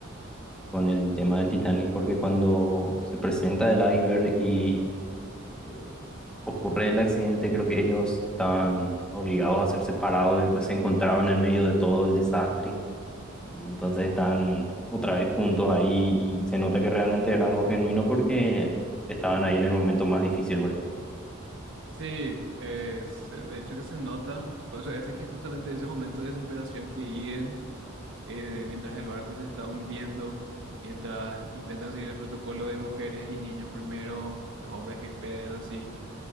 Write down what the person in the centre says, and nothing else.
con el tema del Titanic porque cuando se presenta el iceberg y eh, ocurre el accidente, creo que ellos estaban obligados a ser separados, después se encontraron en medio de todo el desastre Y entonces están otra vez juntos ahí y se nota que realmente era algo genuino porque estaban ahí en el momento más difícil por ahí.